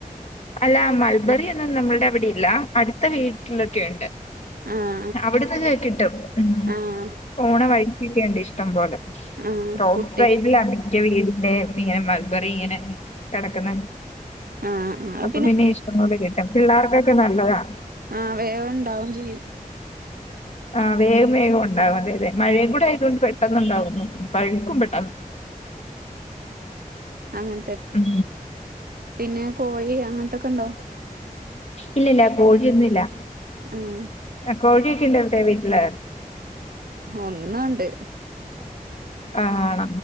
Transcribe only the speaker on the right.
ആഹ്
ആഹ് ആഹ്
ആഹ്
കുട്ടി
ആഹ് ആഹ് അത്
ആ വേകാം ഉണ്ടാവും ചെയ്യും
അങ്ങ
പിന്നെ കോഴി അങ്ങനത്തൊക്കെ ഉണ്ടോ
ആഹ്
ഒന്നാണ്ട്